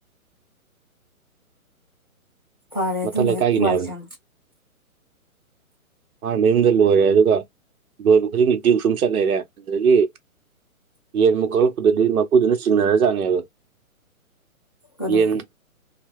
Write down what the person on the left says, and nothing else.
ꯐꯔꯦ
ꯑꯗꯨꯅꯦꯦꯛ
ꯋꯥꯏꯁꯥꯡ
ꯀꯔꯤ